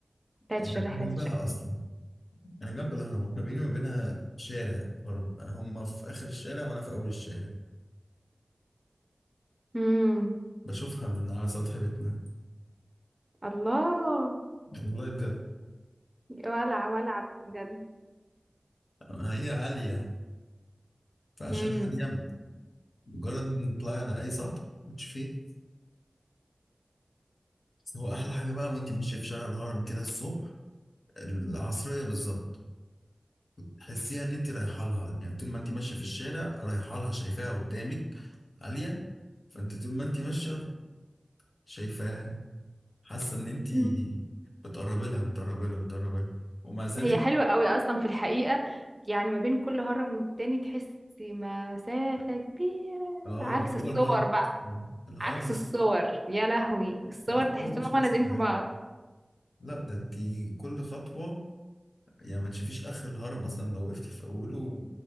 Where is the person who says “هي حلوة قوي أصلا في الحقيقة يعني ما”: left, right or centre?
Right